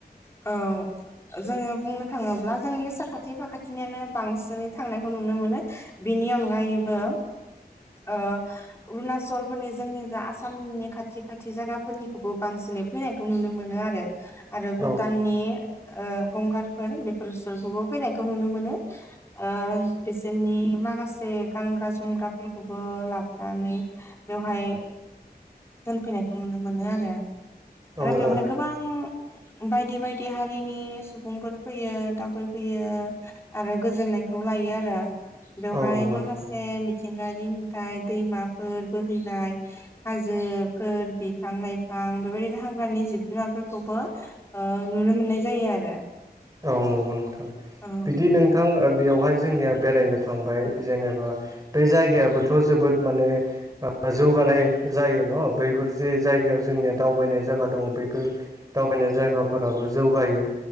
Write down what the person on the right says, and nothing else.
औ
औ
औ
औ नंगौ
नोंथां
औ नंगौ नोंथां
बिदि नोंथां बेयावहाय जोंनिया बेरायनो थांबाय जेनेबा बे जायगायाबोथ' जोबोद माने जौगानाय जायो न' बैफोर जे जायगायाव जोंनिया दावबायनाय जायगा दङ बैफोर दावबायनाय जायगाफोराबो जौगायो